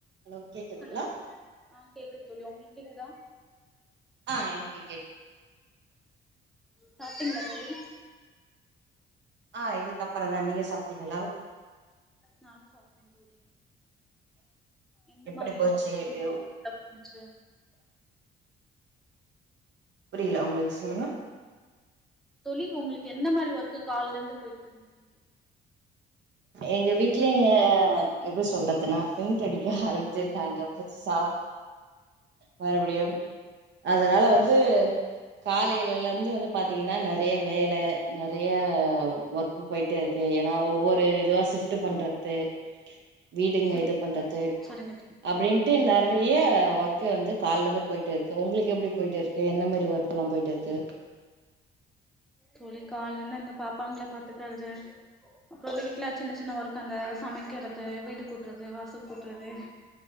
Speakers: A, on the right; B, in the centre.
A: ஹலோ கேக்குதுங்களா
B: ஹலோ ஆ கேக்கு தோழி உங்களுக்கு கேக்குதா
A: ஆ எனக்கு கேக்
B: சாப்ட்டீங்களா தோழி
A: ஆ இதுக்கு அப்பற தா நீங்க சாப்ட்டீங்களா
B: நானு சாப்பட்டே தோழி எந்த
A: எப்படி
B: மாரி
A: போச்சு
B: வர்க்குன்
A: ஐயோ,
B: போய் டு னுச்சு
A: புரியில உங்களுது சொல்லுங்க
B: தோழி உங்களுக்கு எந்த மாரி ஒர்க் காலைல இருந்து போயிட்டு இருந்துச்சு
A: எங்க வீட்ல எப்டி சொல்றதுன்னா பெயிண்ட் அடிக்க ஆரம்பிச்சிருக்காங்க புதுசா மறுபடியும் அதனால வந்து காலையிலல இருந்து வந்து பாத்தீங்கன்னா நெறைய வேல நெறைய ஒர்க் கு போயிட்டு இருக்கு ஏன்னா ஒவ்வொ ரு இதுவா ஷிஃப்ட்டு பண்றது வீடுங்க
B: சரி
A: இது பண்றது
B: சரிங்க
A: அப்டின்ட்டு நறைய ஒர்க்கு வந்து காலைலந்து போயிட்டு இருக்கு உங்குளுக்கு எப்டி போயிட்டு இருக் கு என்ன மாரி ஒர்க்லா போயிட்டு இருக்கு
B: தோழி காலைலருந்து இந்த பாப்பாங்கள பாத்துக்குறது அப்றோ வீட்ல சின்ன சின்ன ஒர்க் அந்த சமைக்கிறது வீடு கூட்றது வாசல் கூட்றது